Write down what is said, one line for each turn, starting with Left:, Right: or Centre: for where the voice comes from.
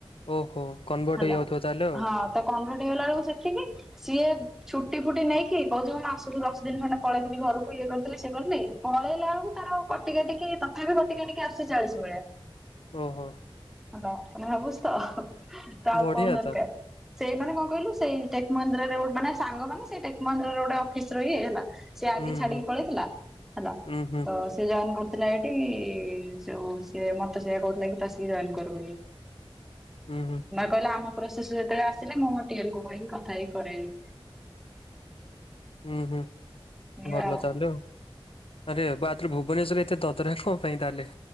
Left: ଓହୋ କନଭର୍ଟ
Centre: ହେଲା
Left: ହେଇଯାଉଥିବ ତାହେଲେ ଆଉ
Centre: ହଁ ତ କନଭର୍ଟ ହେଲା ବେଳକୁ ସେତିକି ସିଏ ଛୁଟି ଫୁଟି ନେଇକି କହୁଛି ମା ଦଶ ଦିନ ଖଣ୍ଡେ ପଳେଇଥିଲି ଘରକୁ ଇଏ କରିଥିଲି ସେ କରିଥିଲି ପଳେଇଲା ବେଳକୁ ତାର କଟି କାଟିକି ତଥାପି କଟିକାଟିକି ଆସୁଛି ଚାଳିଶ ଭଳିଆ।
Left: ଓହୋ।
Centre: ହେଲା ମାନେ ଭାବୁଛି ତ ତ ଆଉ
Left: ବଢିଆ
Centre: କଣ ଦରକାର
Left: ତ
Centre: ସେଇମାନେ କଣ କହିଲୁ ସେଇ ଟେକ୍ ମନ୍ଦିରରେ ଗୋ ମାନେ ସାଙ୍ଗ ମାନେ ସେ ଟେକ୍ ମନ୍ଦିର ଗୋଟେ ଅଫିସର ହେଲା। ସେ ଆଗେ
Left: ହୁଁ
Centre: ଛାଡିକି
Left: ହୁଁ
Centre: ପଳେଇଥିଲା ହେଲା
Left: ହୁଁ ହୁଁ
Centre: ତ ସେ ଜଏନ୍ କରୁଥିଲା ଏଇଠି ଯୋଉ ସିଏ ମତେ ସେ କହୁଥିଲା କି ତୁ ଆସିକି ଜଏନ୍‌ କରବୋଲି
Left: ହୁଁ ହୁଁ।
Centre: କହିଲେ ଆମ ପ୍ରୋସେସ ଯେତେବେଳେ ଆସିଲା ମୁଁ ମୋ ଟିଏକୁ କହିକି କଥା ହେଇକି କରେଇବି।
Left: ହୁଁ ହୁଁ
Centre: ଏଇଆ
Left: ଭଲ
Centre: ଆଉ
Left: ଚାଲୁ। ଆରେ ବା ଆରେ ଭୁବନେଶ୍ୱରରେ ଏତେ ଦଦରା କଣ ପାଇଁ ତାହେଲେ?